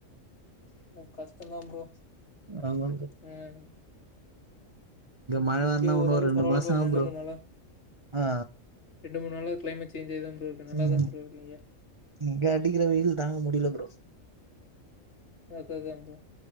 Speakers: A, on the left (about 55°); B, on the right (about 30°).
A: கஷ்டந்தா ப்ரோ
B: ஆமாங்க
A: உம்
B: மழ
A: இங்க
B: வரனா உன்னு
A: ஓரளவுக்கு
B: ஒரு ரெண்டு
A: பரவால்ல
B: மாசோ
A: ப்ரோ
B: ஆவு
A: ரெண்டு மூண் நாளா
B: ஆ
A: ரெண்டு மூணு நாளா கிளைமேட் சேஞ்சாதா ப்ரோ இருக்கு நல்லாதா
B: ம்
A: ப்ரோ இருக்கு இங்க
B: இங்க அடிக்கிற வெயில் தாங்க முடியல ப்ரோ
A: எங்க அக்கா தான் ப்ரோ